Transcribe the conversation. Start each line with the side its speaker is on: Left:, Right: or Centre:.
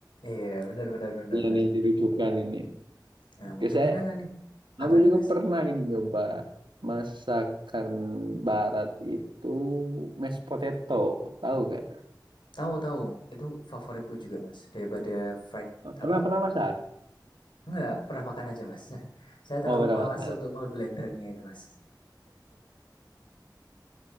Left: Iya, benar benar benar
Right: Ini
Left: benar.
Right: dirujukan ini.
Left: Nah,
Right: Oke,
Left: mungkin
Right: saya
Left: ada nggak nih? Apa
Right: Aku
Left: nih,
Right: juga
Left: Mas?
Right: pernah ini coba masakan barat itu mashed potato, tahu gak?
Left: Tahu tahu, itu favoritku juga, Mas. Daripada fried apa?
Right: Pernah pernah masak?
Left: Nggak, pernah makan aja, Mas. <laughs> Saya terlalu
Right: Oh pernah
Left: malas
Right: makan.
Left: untuk memblendernya itu, Mas.